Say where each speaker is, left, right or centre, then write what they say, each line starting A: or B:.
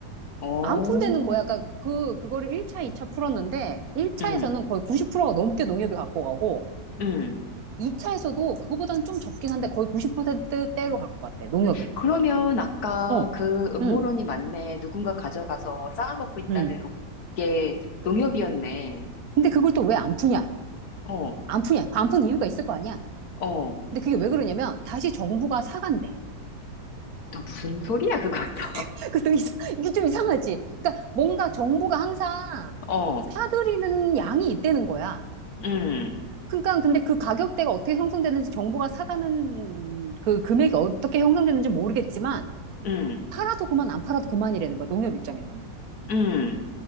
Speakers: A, on the left (about 60°); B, on the right (about 60°).
A: 오,
B: 안 푼대는 거야. 그러니까 그, 그거를 1차, 2차 풀었는데 1차에서는
A: 응
B: 거의 90%가 넘게 농협이 갖고 가고
A: 응
B: 2차에서도 그거보다는 좀 적긴 한데 거의 90%대로 갖고 갔대. 농협이.
A: 그러면 아까
B: 어,
A: 그 음모론이
B: 응,
A: 맞네. 누군가 가져가서 쌓아먹고 있다는
B: 응.
A: 음, 게 농협이었네.
B: 근데 그걸 또 왜 안 푸냐?
A: 어,
B: 안 푸냐? 안 푸는 이유가 있을 거 아니야?
A: 어.
B: 근데 그게 왜 그러냐면 다시 정부가 사간대.
A: 또 무슨 소리야, 그것도.
B: <laughs> 그것도 이상, 이게 좀 이상하지? 그러니까 뭔가 정부가 항상
A: <laughs> 어,
B: 사들이는 양이 있다는 거야.
A: 음,
B: 그러니까 근데 그 가격대가 어떻게 형성되는지 정부가 사가는 그 금액이 어떻게 형성되는지 모르겠지만
A: 음,
B: 팔아도 그만 안 팔아도 그만이라는 거야. 농협 입장에서는.
A: 음.